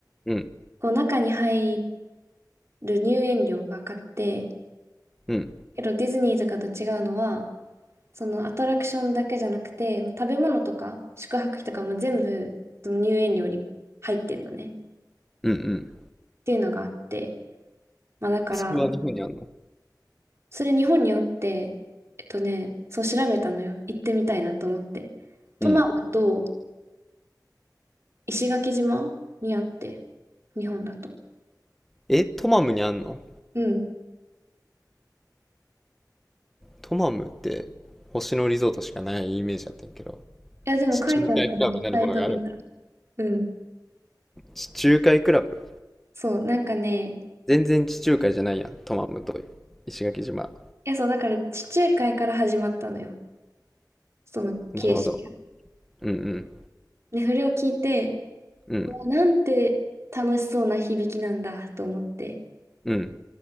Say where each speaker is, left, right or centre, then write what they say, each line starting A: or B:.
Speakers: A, in the centre; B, on the right.
A: うん、
B: こう、中に入る入園料がかかって、
A: うん、
B: けどディズニーとかと違うのは、そのアトラクションだけじゃなくて、食べ物とか宿泊費とかも全部その入園料に入ってんのね。っ
A: うん、うん。
B: ていうのがあって。まあだから、
A: それは日本にあんの
B: それ日本にあって、えっとね、そう調べたのよ。行ってみたいなと思って。トマムと
A: うん。
B: 石垣島にあって、日本だと。
A: え、トマムにあんの
B: うん。い
A: トマムって星野リゾートしかないイメージだったんやけど、
B: や、でも書いてあったの、
A: 地中海クラブなるものがある。
B: サイト見たら。うん。
A: 地中海クラブ
B: そう、なんかね、
A: 全然地中海じゃないやん、トマムと石垣島。
B: いや、そう、だから地中海から始まったのよ。その形式が。
A: なるほど。うんうん。
B: で、それを聞いて、
A: うん
B: うなんて楽しそうな響きなんだと思って
A: うん。